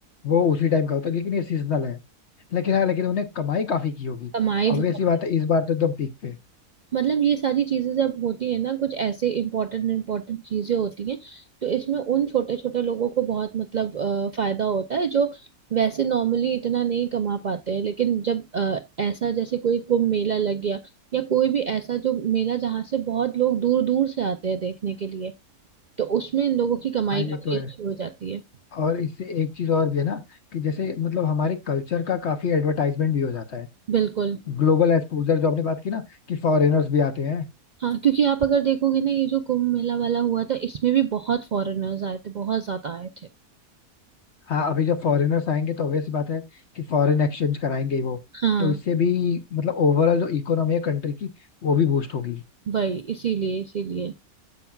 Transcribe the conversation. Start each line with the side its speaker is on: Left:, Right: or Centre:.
Left: वो उसी टाइम का होता है लेकिन ये सीजनल है लेकिन हाँ लेकिन उन्हें कमाई काफी की होगी
Right: कमाई
Left: ऑब्वियस
Right: बहुत
Left: सी बात है इस बार तो एकदम पीक पे
Right: मतलब ये सारी चीजें जब होती है ना कुछ ऐसे इम्पोर्टेंट इम्पोर्टेंट चीजें होती हैं तो इसमें उन छोटे छोटे लोगों को बहुत मतलब अ, फायदा होता है जो वैसे नॉर्मली इतना नहीं कमा पाते हैं लेकिन जब अ, ऐसा जैसे कोई कुंभ मेला लग गया या कोई भी ऐसा जो मेला जहाँ से बहुत लोग दूर दूर से आते हैं देखने के लिए तो उसमें इन लोगों की कमाई
Left: हाँ ये
Right: काफी
Left: तो है
Right: अच्छी हो जाती है
Left: और इससे एक चीज और भी है ना कि जैसे मतलब हमारे कल्चर का काफी एडवर्टाइजमेंट भी हो जाता है
Right: बिल्कुल
Left: ग्लोबल एक्सपोजर जो आपने बात की ना कि फॉरेनर्स भी आते हैं
Right: हाँ क्योंकि आप अगर देखोगे ना ये जो कुंभ मेला वाला हुआ था इसमें भी बहुत फॉरेनर्स आए थे बहुत ज्यादा आए थे
Left: हाँ अभी जब फॉरेनर्स आएंगे तो ऑब्वियस बात है कि फॉरेन एक्सचेंज कराएंगे ही वो
Right: हाँ
Left: तो इससे भी मतलब ओवरऑल जो इकोनॉमी है कंट्री की वो भी बूस्ट होगी
Right: वही इसीलिए इसीलिए